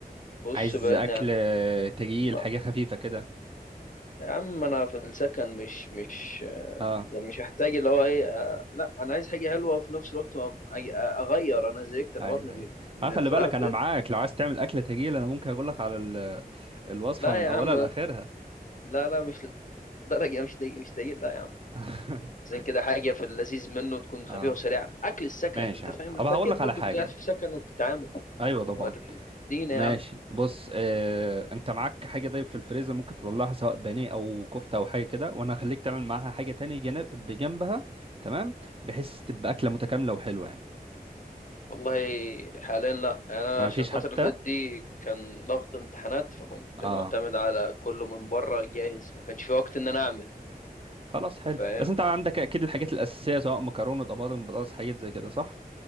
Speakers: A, on the left; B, on the right.
A: بص
B: عايز
A: بعدني
B: اكل
A: عن
B: آه، تقيل
A: ما-
B: حاجه خفيفه كده
A: يا عم انا في السكن مش مش آه،
B: اه
A: يعني مش محتاج اللي هو ايه آه، لا انا عايز حاجه حلوه وفي نفس الوقت ما أج- اغير انا زهقت انا
B: ايوه
A: بطني بيت
B: ايوه
A: من
B: اه خلي
A: الفراخ
B: بالك
A: بيت
B: انا معاك لو عايز تعمل اكله تجيل انا ممكن اقول لك على ال- الوصفه
A: لا
B: من
A: يا
B: اولها
A: عم
B: لاخرها
A: لا لا مش للدرجه مش دي مش دي لا يا عم
B: <laughs>
A: زين كده حاجه في اللذيذ منه تكون خفيفه
B: اه
A: وسريعه اكل السكن
B: ماشي
A: انت
B: يا
A: فاهم
B: عم ابقى
A: انت اكيد
B: هقول لك
A: برضه
B: على حاجه
A: كنت قاعد في سكن وبتتعامل
B: ايوه طبعا
A: وري- ادينا
B: ماشي
A: يا عم
B: بص آه، انت معاك حاجه طيب في الفريزر ممكن تطلعها سواء بانيه او كفته او حاجه كده وانا هخليك تعمل معاها حاجه تاني جنب بجنبها تمام بحيث تبقى اكله متكامله وحلوه يعني
A: والله حاليا لا انا
B: ما
A: عشان
B: فيش
A: الفتره
B: حتى
A: اللي فاتت دي كان ضغط امتحانات فكنت
B: اه
A: معتمد على كله من بره جاهز ما كانش في وقت ان انا اعمل
B: خلاص حلو
A: فاهم
B: بس انت عندك اكيد الحاجات الاساسيه سواء مكرونه طماطم بطاطس حاجات زي كده صح